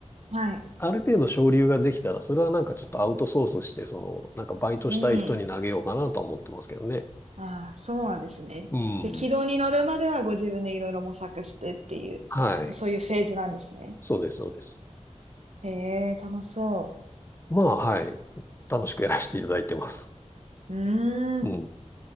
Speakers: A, on the right; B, on the left.
A: はい。
B: ある程度省流ができたら、それはなんかちょっとアウトソースして、その、なんかバイトしたい人に投げようかなとは思ってますけどね。
A: うん。ああ、そうなんですね。
B: うん。
A: で、軌道に乗るまではご自分でいろいろ模索してっていう、
B: はい。
A: そういうフェーズなんですね。
B: そうです、そうです。
A: へえ、楽しそ
B: まあ、はい。楽しくやらせていただいてます。
A: う。うーん、
B: うん。